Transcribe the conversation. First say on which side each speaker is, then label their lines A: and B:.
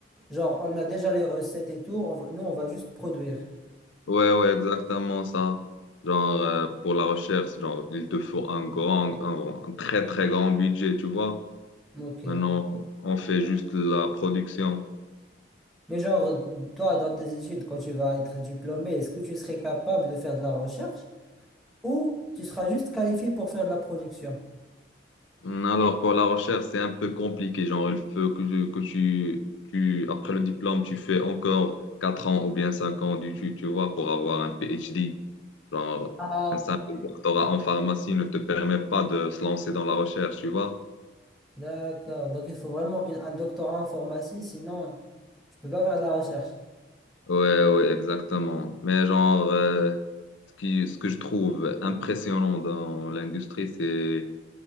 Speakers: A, in the centre; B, on the left (about 80°).
A: genre, on a déjà les recettes et tout, on va- nous, on va juste produire.
B: Ouais, ouais, exactement ça. Genre, euh, pour la recherche, genre, il te faut un grand, un, un très, très grand budget, tu vois?
A: Ok.
B: Maintenant, on fait juste la production.
A: Mais genre, toi, dans tes études, quand tu vas être diplômé, est-ce que tu serais capable de faire de la recherche ou tu seras juste qualifié pour faire de la production?
B: Mm, Alors, pour la recherche, c'est un peu compliqué. Genre, il faut que, tu, que tu- tu- après le diplôme, tu fais encore 4 ans ou bien 5 ans d'études, tu vois, pour avoir un PhD. Genre,
A: Ah,
B: un simple doctorat en pharmacie ne te permet pas de se lancer dans la recherche, tu vois.
A: d'accord. Donc, il faut vraiment une- un doctorat en pharmacie, sinon, tu peux pas faire de la recherche.
B: Ouais, ouais, exactement. Mais genre, euh, ce qui, ce que je trouve impressionnant dans l'industrie, c'est